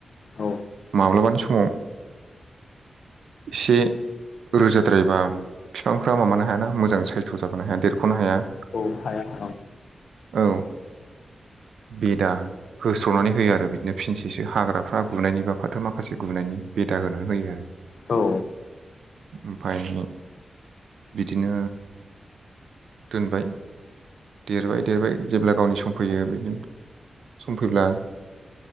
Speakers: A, on the left (about 75°); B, on the right (about 85°).
A: औ
B: माब्लाबानि समाव एसे रोजाद्रायबा बिफांफ्रा माबानो हायाना मोजां सायथ' जाबोनो हाया देरख'नो हाया ।
A: औ हाया औ।
B: औ बेदा होस्र'नानै होयो आरो बिदिनो फिनसेसो हाग्राफ्रा गुनायनि बा फाथो माखासे गुनायनि बेदा होनानै होयो आरो ।
A: औ।
B: ओमफाय बिदिनो दोनबाय देरबाय-देरबाय जेब्ला गावनि सम फैयो बिदिनो सम फैब्ला